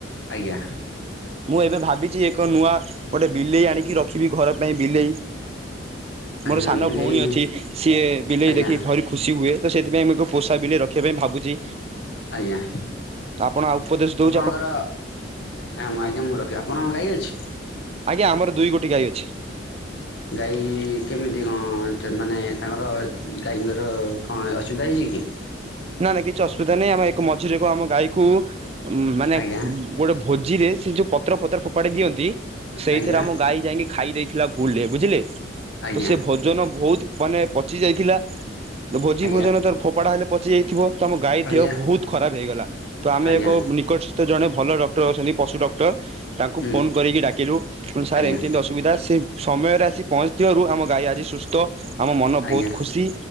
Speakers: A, on the left; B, on the right.
A: ଆଜ୍ଞା
B: ମୁଁ ଏବେ ଭାବିଛି ଏକ ନୂଆ ଗୋଟିେ ବିଲେଇ ଆଣିକି ରଖିବି ଘର ପାଇଁ ବିଲେଇ
A: ଆଜ୍ଞା
B: ମୋର ସାନ
A: ବିଲେଇ
B: ଭଉଣୀ ଅଛି ସିଏ ବିଲେଇ
A: ଆଜ୍ଞା
B: ଦେଖି ଭାର ଖୁସି ହୁଏ ତ ସେଥିପାଇଁମ ପୋଷା ବିଲ ରଖିବା ପାଇଁ ଭାବୁଛି
A: ଆଜ୍ଞା
B: ଆପଣ ଉପଦେଶ ଦଉ
A: ଆପଣଙ୍କର ଆଁ ଆଜ୍ଞା ମୁଁ ରଖିବି ଆପଣଙ୍କ ଗାଈ ଅଛି
B: ଆଜ୍ଞା ଆମର ଦୁଇ ଗୋଟିଏ ଗାଈ ଅଛି
A: ଗାଈ କେମିତି କଣ ମାନେ ତାଙ୍କର ଗାଈଙ୍କର କଣ ଅସୁବିଧା ହେଇଛି କି
B: ନା ନା କିଛି ଅସୁବିଧା ନାହିଁ ଆମେ ଏକ ମଝିରେକୁ ଆମ ଗାଈକୁ ଉଁ ମାନେ
A: ଆଜ୍ଞା
B: ଗୋଟେ ଭୋଜିରେ ସେ ଯୋଉ ପତ ପତ ଫୋପାଡ଼ିିଅନ୍ତି ସେଇଥିରେ
A: ଆଜ୍ଞା
B: ଆମ ଗାଈ ଯାଇକି ଖାଇ ଦେଇ ଥିଲା ଭୁଲରେ ବୁଝିଲେ
A: ଆଜ୍ଞା
B: ତ ସେ ଭୋଜନ ବହୁତ ମାନେ ପଚି ଯାଇଥିଲା ଭୋଜି
A: ଆଜ୍ଞା
B: ଭୋଜନ ଫୋପଡ଼ା ହେଲେ ପଚିଯାଇଥିବ ତ ଆମ ଗାଈ
A: ଆଜ୍ଞା
B: ଦେହ ବହୁତ ଖରାପ ହେଇଗଲା ତ ଆମେ
A: ଆଜ୍ଞା
B: ଏକ ନିକଟସ୍ଥ ଜଣେ ଭଲ ଡକ୍ଟର ଅଛନ୍ତି ପଶୁ ଡକ୍ଟର ତାଙ୍କୁ
A: ହୁଁ
B: ଫୋନ କରିକି ଡାକିଲୁ ତୁ ସାର୍
A: ଆଜ୍ଞା
B: ଏମିତି ଏମିତି ଅସୁବିଧା ସେ ସମୟରେସି ପହଞ୍ଚିଥିବାରୁ ଆମ ଗାଈ ଆଜି ସୁସ୍ଥ ତ ଆମ ମନ
A: ଆଜ୍ଞା
B: ବହୁତ ଖୁସି